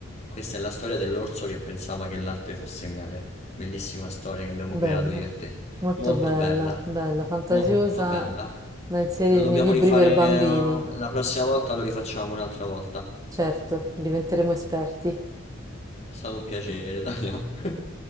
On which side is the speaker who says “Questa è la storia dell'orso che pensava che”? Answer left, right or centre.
Left